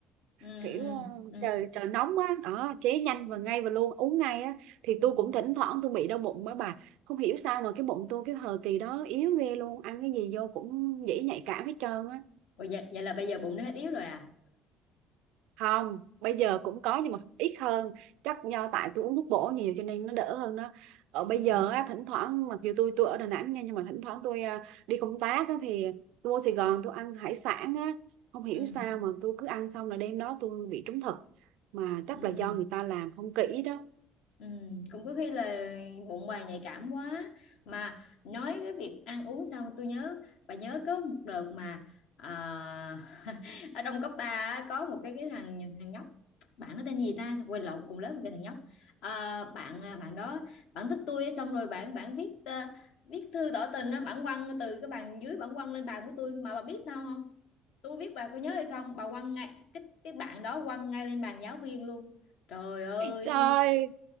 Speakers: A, on the left; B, on the right.
A: ừ,
B: kiểu
A: ừ,
B: ờ,
A: ừ,
B: trời trời nóng á đó chế nhanh và ngay và luôn uống ngay á thì
A: ừ.
B: tôi cũng thỉnh thoảng tôi bị đau bụng á bà không hiểu sao mà cái bụng tôi cái thời kỳ đó yếu ghê luôn ăn cái gì vô cũng dễ nhạy cảm hết trơn á
A: Ủa, vậy, vậy là bây giờ bụng nó hết yếu rồi à?
B: không bây giờ cũng có nhưng mà ít hơn chắc do tại tôi uống thuốc bổ nhiều cho nên nó đỡ hơn đó ở bây
A: Ừ,
B: giờ á, thỉnh thoảng mặc dù tôi tôi ở Đà Nẵng nha nhưng mà thỉnh thoảng tôi à, đi công tác á, thì tôi vô Sài Gòn tôi ăn hải sản á không hiểu
A: ừ,
B: sao mà tôi cứ ăn xong là đêm đó tôi bị trúng thực mà
A: ừ.
B: chắc
A: ừ.
B: là do người ta làm không kỹ đó
A: Ừ, cũng có khi là bụng bà nhạy cảm quá mà nói cái việc ăn uống xong tôi nhớ bà nhớ có một đợt mà à, <laughs> ở trong cấp 3 có một cái cái thằng thằng nhóc bạn nó tên gì ta quên lộn cùng lớp một cái thằng nhóc Ờ, bạn ờ, bạn đó bạn thích tôi xong rồi bạn bạn viết ờ, viết thư tỏ tình á bạn quăng từ cái bàn dưới bạn quăng lên bàn của tôi mà bà biết sao không tôi biết bà có nhớ hay không bà quăng ngay cái cái bạn đó quăng ngay lên bàn giáo viên luôn Trời ơi,
B: trời
A: tôi